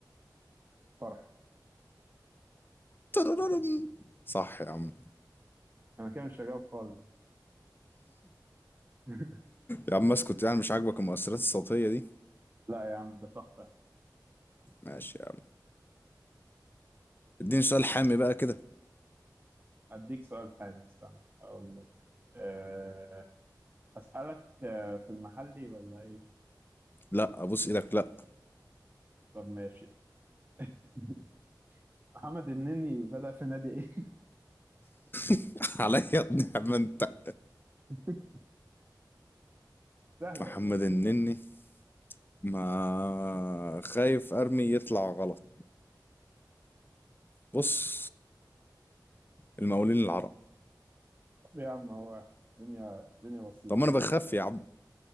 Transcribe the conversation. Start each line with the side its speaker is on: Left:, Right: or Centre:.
Right: الفرحه
Left: ترررم. صح يا عم
Right: انا كده مش هجاوب خالص <laughs>
Left: يا عم اسكت يعني مش عاجبك المؤثرات الصوتية دي
Right: لا يا عم ده تحفه
Left: ماشي يا عم اديني سؤال حامي بقى كده
Right: أديك سؤال حلو استنى أقول لك أه أسألك آه، في المحلي ولا إيه؟
Left: لا ابوس ايدك لا
Right: طب ماشي <laughs> محمد النني بدأ في نادي إيه؟
Left: <laughs> عليا يا ابني يا عم انت
Right: <laughs> سهل
Left: محمد
Right: والله
Left: النني ما خايف ارمي يطلع غلط بص المقاولين العرب
Right: طب يا عم هو الدنيا الدنيا بسيطة
Left: طب ما انا
Right: دي.
Left: بخاف يا عم